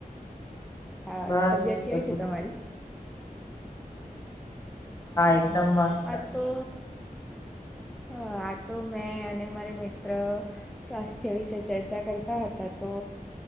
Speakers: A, in the centre; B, on the left.
A: હા,
B: બસ
A: તબિયત કેવી
B: બધું
A: છે તમારી? હા,
B: એકદમ મસ્ત
A: આ તો અહ આ તો મેં અને મારી મિત્ર સ્વાસ્થ્ય વિશે ચર્ચા કરતા હતા તો